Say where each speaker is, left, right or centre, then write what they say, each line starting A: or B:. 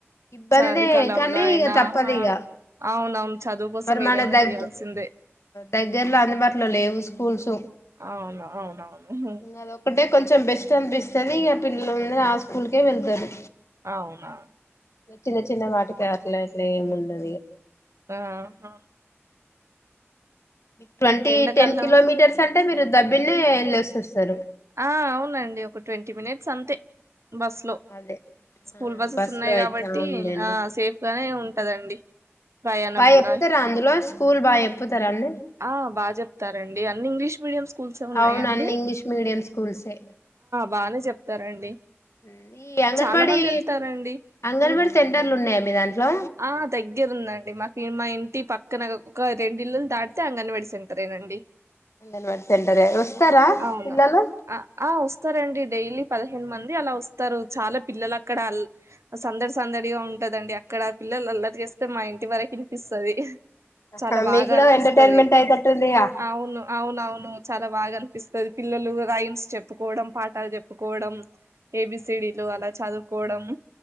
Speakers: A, on the left (about 80°); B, on the right (about 80°).
A: ఇబ్బందే
B: చాలికాలంలో
A: కానీ
B: అయినాఆ
A: ఇక తప్పదు ఇక
B: అవునవును చదువు కోసం
A: మరి మన
B: ఏదైనా
A: దగ్గర
B: చేయాల్సిందే
A: దగ్గర్లో అందుబాటులో లేవు స్కూల్స్
B: అవును అవునవును
A: ఇంక అది ఒక్కటే కొంచెం బెస్ట్ అనిపిస్తుది ఇక పిల్లలందరు ఆ స్కూల్కే వెళ్తారు
B: అవునా
A: చిన్న చిన్న వాటికి అట్లా అట్లా ఏమి ఉండదు
B: హమ్
A: మీ ట్వంటీ
B: ఎండాకాలం
A: టెన్ కిలోమీటర్స్ అంటే మీరు డబ్బిన్న ఎలేసి వస్తారు
B: ఆ అవునండి ఒక ట్వంటీ మినిట్స్ అంతే బస్ లో
A: అదే
B: స్కూల్
A: ఆ
B: బస్సెస్
A: బస్సు
B: ఉన్నాయి
A: లో అయితే
B: కాబట్టి
A: అవునులేండి
B: ఆ సేఫ్ గానే ఉంటదండి ప్రయాణం
A: బాగా
B: కూడా
A: చెప్తారా అందులో స్కూల్ బాగా చెప్పుతారా అండి
B: ఆ బాగా చెప్తారండి అన్ని ఇంగ్లీష్ మీడియం స్కూల్స్ ఏ ఉన్నాయండి
A: అవును అన్ని ఇంగ్లీష్ మీడియం స్కూల్సే
B: బాగానే చెప్తారండి
A: హ్మ్. ఈ అంగన్వాడీ
B: చాలా మంది వెళ్తారండి
A: అంగన్వాడీ
B: ఉమ్
A: సెంటర్లు ఉన్నాయా మీ దాంట్లో
B: ఆ దగ్గరుందండి మాకు మా ఇంటి పక్క ఇక్క ఒక రెండి ఇల్లులు దాటితే అంగని వడిసింటారేనండి
A: అంగన్వాడి సెంటరే వస్తారా
B: అవునా
A: పిల్లలు
B: ఆ ఆ వస్తారండి డైలీ పదిహేను మంది అలా వస్తారు చాలా పిల్లలు అక్కడ అల్ సందడి సందడిగా ఉంటదండి అక్కడ పిల్లలు అల్లరి చేస్తే మా ఇంటి వరకు వినిపిస్తది
A: ఆహా!
B: చాలా బాగా
A: మీకు కూడా
B: అనిపిస్తది
A: ఎంటర్టైన్మెంట్ అయితట్టుందిగా
B: అవును అవును అవును చాలా బాగా అన్ పిస్త పిల్లలు రైల్ చెప్పుకోవడం పా టల్ చెప్పుకోవడం ఏబిస్ సిడీలు అలా చదువుకోవడం